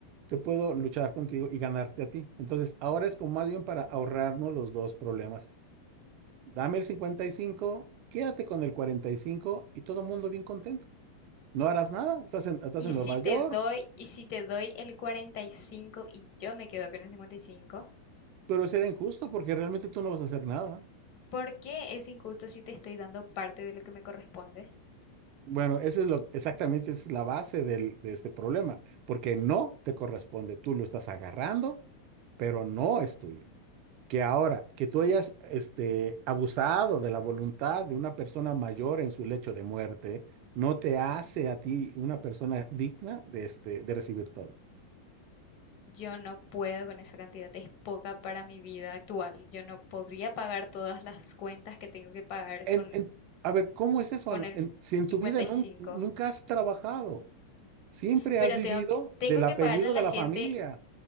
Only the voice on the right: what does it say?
yo puedo luchar contigo y ganarte a ti. Entonces, ahora es como más bien para ahorrarnos los dos problemas. Dame el 55, quédate con el 45 y cinco y todo el mundo bien contento. No harás nada, estás en, estás
en
Nueva
York,
pero será injusto porque realmente tú no vas a hacer nada.
Bueno, ese es lo, exactamente esa es la base del- de este problema, porque no te corresponde, tú lo estás agarrando, pero no es tuyo. Que ahora, que tú hayas este, abusado de la voluntad de una persona mayor en su lecho de muerte, no te hace a ti una persona digna de, este, de recibir todo.
En-
en- a ver, ¿cómo es eso,
Alma?
En- si en
tu vida nun-
nunca has trabajado, siempre
has vivido
del apellido
de la
familia.